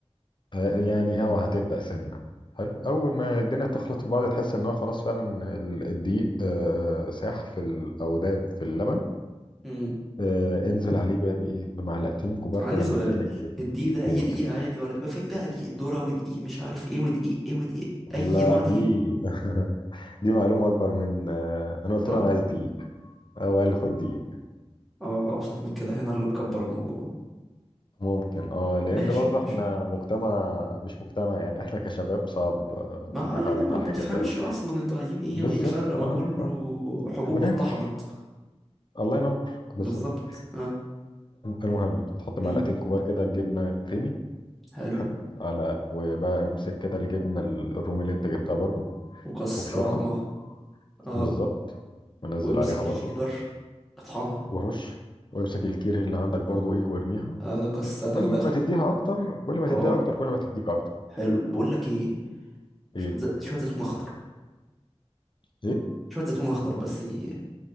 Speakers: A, on the left (about 45°); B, in the centre.
A: ه- يعني اه هتبدأ سنة حلو أول ما الدنيا تخلط في بعض تحس إنها خلاص فعلا ال- الدقيق آه، ساح في ال- أو داب في اللبن
B: مم.
A: آه، انزل عليه بقى بإيه بمعلقتين كبار
B: عندي
A: كده
B: سؤال
A: من الجبنة الكريمة
B: الدقيق ده
A: قول
B: أي دقيق عادي ولا بيبقى فيه بقى دقيق ذرة ودقيق مش عارف ايه ودقيق ايه ودقيق أي
A: لا
B: نوع
A: دي
B: دقيق
A: <laughs> دي معلومة أكبر من آه، أنا قلت
B: صح؟
A: له أنا عايز دقيق هو قال لي خد دقيق
B: اه أبسط من كده هنا اللي مكبر الموضوع
A: ممكن اه لأن
B: ماشي
A: برضه احنا
B: ماشي
A: مجتمع مش مجتمع يعني احنا كشباب صعب آه،
B: ما
A: نتعامل
B: آه يعني ما
A: مع الحاجات
B: بفهمش
A: دي أوي
B: أصلا انتوا عايزين ايه
A: بالظبط
B: ما ايه الفرق
A: اه
B: ما كله
A: آه.
B: حبوب
A: بناكل
B: واتطحنت
A: الله ينور بالظبط
B: بالظبط اه
A: المهم تحط معلقتين
B: مم.
A: كبار كده جبنه كريمي
B: حلو
A: حلو على وبقى امسك كده الجبنه ال- الرومي اللي انت جبتها برضو
B: وكسر
A: وابشرها
B: عظمة اه
A: بالظبط منزل
B: وامسك
A: عليها
B: الشيدر
A: برضو
B: اطحنها
A: ورش وامسك الكيري اللي عندك برضو ايه وارميها
B: آه كسر دغدغة
A: كل ما تديها اكتر كل ما
B: اه
A: تديها اكتر كل ما تديك اكتر
B: حلو بقول لك ايه
A: ايه
B: شوية ز- شوية زيتون اخضر
A: ايه
B: شوية زيتون اخضر بس ايه